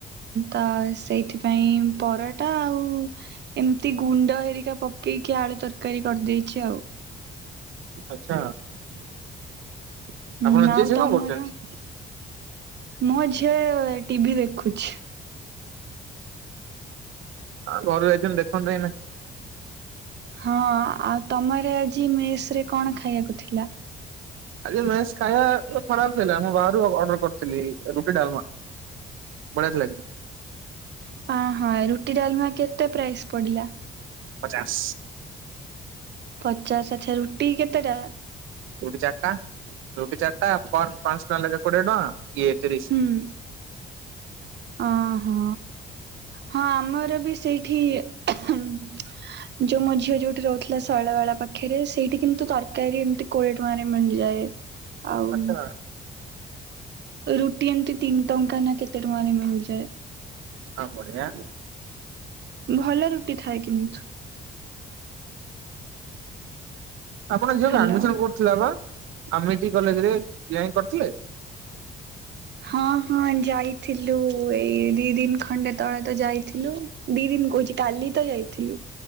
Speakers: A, on the right; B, on the right.
A: ତ ସେଇଥିପାଇଁ ପରଟା ଆଉ ଏମିତି ଗୁଣ୍ଡ ହେରିକା ପକେଇକି ଆଳୁ ତରକାରୀ କରିଦେଇଛି ଆଉ।
B: ଆଛା। ଆପଣ
A: ହୁଁ ଆଉ
B: ଯିଏ ସେ
A: ତମର?
B: କଣ କରୁଛନ୍ତି?
A: ମୋ ଝିଅ ଟିଭିି ଦେଖୁଛି।
B: ଆ ଘରୁ ଯାଇଛନ୍ତି ଦେଖନ୍ତୁ ଏନା।
A: ହଁ ଆଉ ତମର ଆଜି ମେସ୍ ରେ କଣ ଖାଇବାକୁ ଥିଲା?
B: ଆଜ୍ଞା ମେସ୍ ଖାଇବା ଖରାପ ଥିଲା ମୁଁ ବାହାରୁ ଅର୍ଡର କରିଥିଲି ରୁଟି, ଡାଲମା। ବଢ଼ିଆ ଥିଲା।
A: ହ ହଁ ରୁଟି ଡାଲମା କେତେ ପ୍ରାଇସ୍ ପଡିଲା?
B: ପଚାଶ।
A: ପଚାଶ ଆଛା ରୁଟି କେତେଟା?
B: ରୁଟି ଚାରିଟା। ରୁଟି ଚାରିଟା ପର ପାଞ୍ଚ ଟଙ୍କା ଲେଖା କୋଡିଏ ଟଙ୍କା। ଇଏ ତିରିଶ
A: ହୁଁ। ଅ ହଁ। ହଁ ଆମର ବି ସେଇଠି ଯୋଉ ମୋ ଝିଅ ଯୋଉଠି ରହୁଥିଲା ଶୈଳା ବେଳା ପାଖରେ ସେଇଠି କିନ୍ତୁ ତରକାରୀ ଏମିତି କୋଡ଼ିଏ ଟଙ୍କା ରେ ମିଳିଯାଏ। ଆଉ
B: ଆଚ୍ଛା
A: ରୁଟି ଏମିତି ତିନି ଟଙ୍କା ନା କେତେ ଟଙ୍କାରେ ମିଳିଯାଏ।
B: ହଁ ବଢିଆ।
A: ଭଲ ରୁଟି ଥାଏ କିନ୍ତୁ।
B: ଆପଣ ଝିଅ
A: ହ୍ୟାଲୋ।
B: ଆଡମିସନ କର ଥିଲା ବା ଆମେଟିକି କଲେଜ ରେ ଯେଇ କରିଥିଲେ।
A: ହଁ ହଁ ଯାଇଥିଲୁ ଏଇ ଦି ଦିନ ଖଣ୍ଡେ ତଳେ ତ ଯାଇଥିଲୁ। ଦି ଦିନ କହୁଛି କାଲି ତ ଯାଇଥିଲୁ